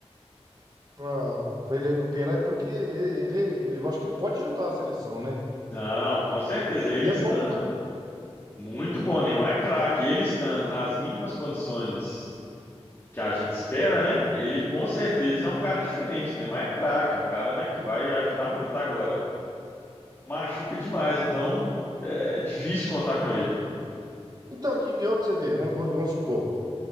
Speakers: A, on the right; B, on the left.
A: para para ele recuperar, porque e- ele, ele, eu acho que ele pode ajudar a seleção, né?
B: Não, com certeza, ele
A: Ele
B: estando
A: é bom,
B: muito bom, Neymar é craque, ele estando nas mínimas condições que a gente espera, né? Ele com certeza é um cara diferente, né? Mas é craque, é um cara, né, que vai ajudar muito agora. Machuca demais, então é difícil contar com ele.
A: Então, e, e ó, pra você ver, vamos, vamos vamos supor,